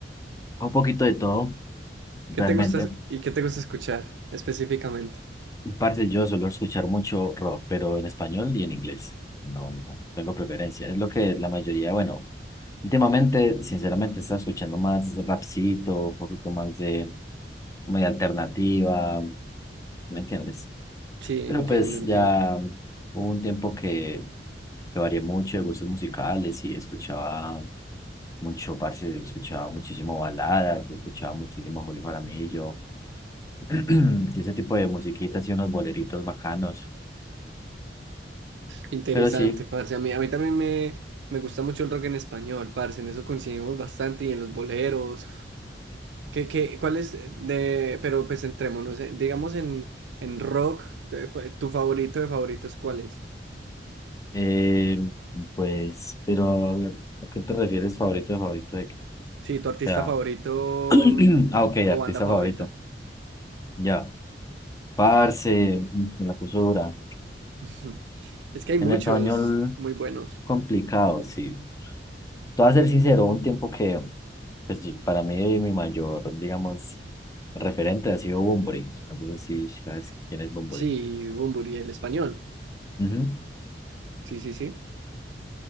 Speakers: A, on the left; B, on the right.
A: Un poquito de todo, realmente.
B: ¿Qué te gusta es- y qué te gusta escuchar específicamente?
A: Parce, yo suelo escuchar mucho rock, pero en español y en inglés. No, no tengo preferencia. Es lo que la mayoría, bueno, últimamente, sinceramente, está escuchando más rapcito, un poquito más de comedia alternativa. ¿Sí me entiendes?
B: Sí,
A: Pero
B: entiendo,
A: pues
B: entiendo.
A: ya hubo un tiempo que, que varié mucho de gustos musicales y escuchaba mucho, parce, escuchaba muchísimo balada escuchaba muchísimo Julio Jaramillo, <clears throat> y ese tipo de musiquitas y unos boleritos bacanos.
B: Interesante,
A: Pero sí,
B: parce. A mí, a mí también me, me gusta mucho el rock en español, parce. En eso coincidimos bastante y en los boleros. ¿Qué, qué, cuál es de, pero pues entrémonos, eh, digamos en, en rock, eh, cu- ¿tu favorito de favoritos cuál es?
A: eh, pues, pero ¿a qué te refieres favorito de favorito de qué? O
B: Sí, tu artista
A: sea,
B: favorito
A: <clears throat> ah, ok,
B: o
A: artista
B: banda favorita.
A: favorito. Ya, parce, mm, me la puso dura.
B: <laughs> Es que hay muchos
A: En español,
B: muy buenos.
A: complicado, sí. Te voy a ser sincero, un tiempo que pues, yo- para mí mi mayor, digamos, referente ha sido Bunbury. Entonces sí, sabes quién es Bunbury.
B: Sí, Bunbury, el español.
A: Ujú.
B: Sí, sí, sí.